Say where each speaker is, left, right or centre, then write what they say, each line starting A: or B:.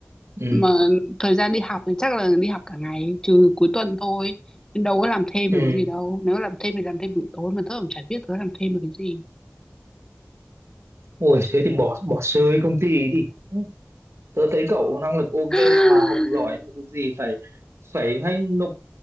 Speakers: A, on the right; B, on the left.
A: ừ.
B: mà thời gian đi học thì chắc là đi học cả ngày trừ cuối tuần thôi nên đâu có làm thêm
A: ừ.
B: được cái gì đâu nếu làm thêm thì làm thêm buổi tối mà tớ cũng chả biết tớ làm thêm được cái gì
A: Ôi thế thì bỏ bỏ rơi công ty ấy đi tớ thấy cậu năng lực ok
B: <laughs>
A: mà học giỏi mà cái gì phải phải hay nộp